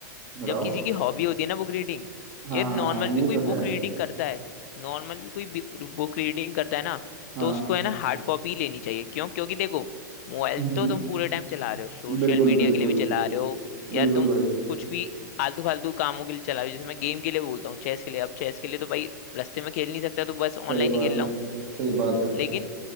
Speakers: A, on the right; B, on the left.
A: बताओ
B: जब किसी की हॉबी होती है ना बुक रीडिंग
A: हाँ
B: ये नॉर्मल
A: हाँ, ये
B: भी कोई
A: तो
B: बुक
A: है
B: रीडिंग करता है नॉर्मल भी कोई बुक रीडिंग करता है ना
A: हाँ
B: तो उसको है ना हार्ड कॉपी लेनी चाहिए क्यों क्योंकि देखो मोबाइल
A: हम्म
B: तो तुम पूरे टाइम चला रहे हो सोशल
A: बिल्कुल
B: मीडिया
A: बिल्कुल
B: के लिए भी चला रहे हो या
A: बिल्कुल
B: तुम
A: भाई
B: कुछ भी आलतू फालतू कामों के लिए चला रहे हो जैसे मैं गेम के लिए बोलता हूँ चेस के लिए अब चेस के लिए तो भाई रास्ते में खेल नहीं सकता तो बस ऑनलाइन
A: सही
B: ही
A: बात
B: खेल
A: है
B: रहा हूँ
A: सही बात है
B: लेकिन